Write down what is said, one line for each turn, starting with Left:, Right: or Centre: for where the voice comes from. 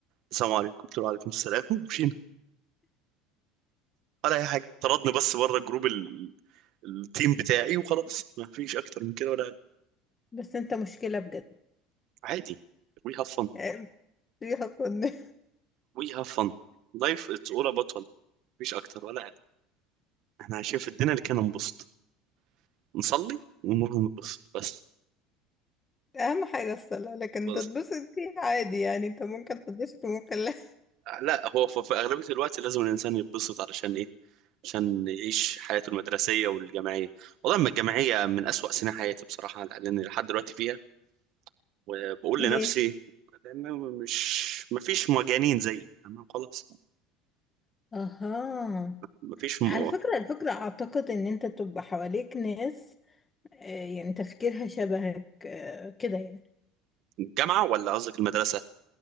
Right: السلام عليكم قلت له وعليكم السلام <laughs> ومشينا ولا اي حاجه طردني بس بره الجروب ال... التيم بتاعي وخلاص ما فيش اكتر من كده ولا اقل
Left: بس انت مشكلة بجد
Right: عادي وي هاف فن
Left: يعني فيها فن
Right: وي هاف فن لايف اتس اول اباوت فن مفيش اكتر ولا اقل احنا عايشين في الدنيا اللي كان ننبسط نصلي ونروح ننبسط بس
Left: اهم حاجة الصلاة لكن
Right: بس
Left: تتبسط فيه عادي يعني انت ممكن تتبسط وممكن لا
Right: لا هو ف- في أغلبية الوقت لازم الإنسان يتبسط علشان إيه عشان يعيش حياته المدرسية والجامعية والله أما الجامعية من أسوأ سنين حياتي بصراحة لأن لحد دلوقتي فيها وبقول
Left: <laughs> ليه؟
Right: لنفسي لأن مش مفيش مجانين زيي تمام خلاص
Left: اها
Right: مفيش م...
Left: على فكرة الفكرة اعتقد ان انت تبقى حواليك ناس آه، يعني تفكيرها شبهك آه، كده يعني
Right: الجامعة ولا قصدك المدرسة